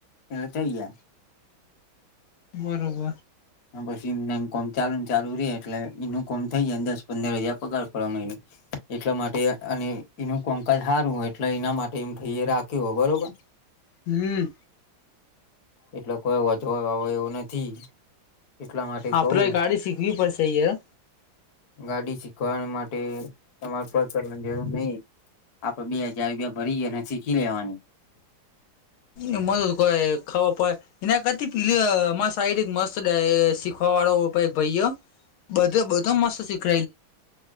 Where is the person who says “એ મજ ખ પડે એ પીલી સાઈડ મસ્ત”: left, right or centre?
Left